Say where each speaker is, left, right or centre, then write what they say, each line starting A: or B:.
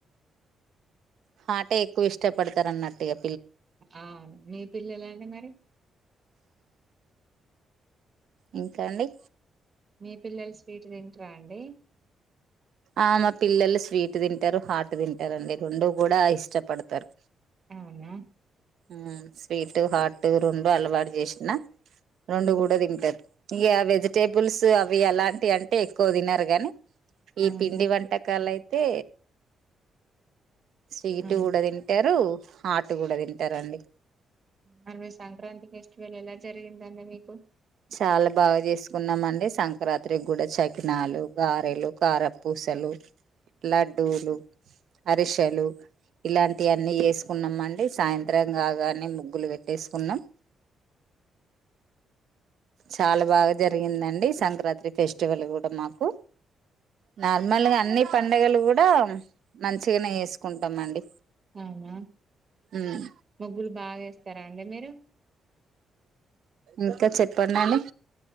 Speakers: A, on the right (about 65°); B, on the right (about 30°).
A: హాటే ఎక్కువ ఇష్టపడతారు అన్నట్టిగా.
B: అ మీ పిల్లలండి మరి
A: ఇంక అండి
B: మీ పిల్లలు స్వీట్ తింట్రా అండి
A: ఆ మా పిల్లలు స్వీట్ తింటారు హాట్ తింటారండి రెండు కూడ ఇష్టపడతారు.
B: అవున
A: ఉమ్ స్పీటు హాటు రెండు అలవాటు చేశిన రెండు
B: ఉమ్,
A: కూడ తింటారు. ఇగ వెజిటేబుల్స్ అవి ఎలాంటి అంటే ఎక్కువ తినరు గాని. ఈ
B: అవును
A: పిండి వంటకాలయితే స్వీటు
B: అవును
A: కూడ తింటారు హాటు కూడ తింటారండి.
B: మరి మీ సంక్రాంతి ఫెస్టివల్ ఎలా జరిగిందండి మీకు.
A: చాల బాగ. చేసుకున్నామండి సంక్రాంత్రికి కూడ చక్కినాలు గారెలు కారపూస్. సల్లు లడ్డూలు అరిశలు ఇలాంటి అన్నిీ చేసుకున్నాం మని హే సాయంత్రం కాగానే ముగ్గులు పెట్టేసుకున్నాం చాల బాగ జరిగిందండి సంక్రాంతి ఫెస్టివల్ కూడ మాకు నాలు మిమ్మల్గా అన్ని పండుగలు కూడ మంచి గనే చేసుకుంటామండి
B: అవున
A: ఉమ్,
B: ముగ్గులు బాగేస్తారాండి మీరు
A: ఇంకా చెప్పండండి